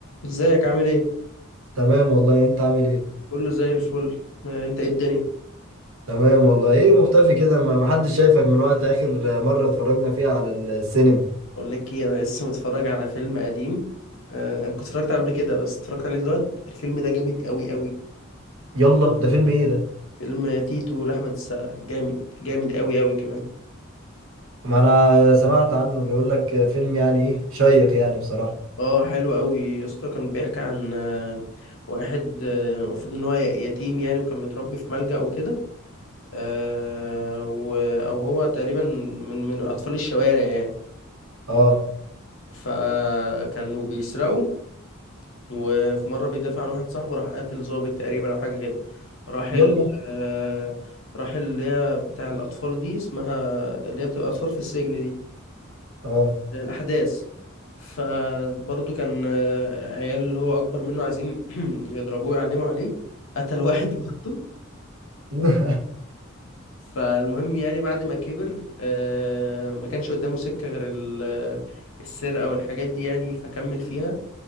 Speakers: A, on the left (about 65°); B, on the right (about 65°).
A: ازيك عامل ايه
B: تمام والله انت عامل ايه
A: كله زي الفل آه، انت ايه الدنيا
B: تمام والله ايه مختفي كده ما ما حدش شايفك من وقت اخر مرة اتفرجنا فيها على السينما
A: اقول لك ايه انا لسه متفرج على فيلم قديم آه، انا كنت اتفرجت عليه قبل كده بس اتفرجت عليه دلوقتي الفيلم ده جامد قوي قوي
B: يلا ده فيلم ايه ده
A: فيلم تيتو لاحمد السقا جامد جامد قوي قوي كمان
B: ما انا سمعت عنه بيقول لك فيلم يعني ايه شيق يعني بصراحة
A: اه حلو قوي يا اسطى كان بيحكي عن آه، واحد آه، المفروض ان هو ي- يتيم يعني وكان متربي في ملجأ وكده آه، و- او هو تقريبا من من اطفال الشوارع يعني
B: اه
A: فكانوا بيسرقوا وفي مرة بيدافع عن واحد صاحبه راح قاتل ظابط تقريبا أو حاجة كده راح
B: يلا
A: ال آه، راح اللي هي بتاع الأطفال دي اسمها اللي هي بتبقى أطفال في السجن دي
B: اه
A: الأحداث فبرضه كان آه، عيال اللي هو أكبر منه عايزين <clears throat> يضربوه يعلموا عليه قتل واحد برضه
B: <laughs>
A: فالمهم يعني بعد ما كبر آه، ما كانش قدامه سكة غير ال- السرقة والحاجات دي يعني فكمل فيها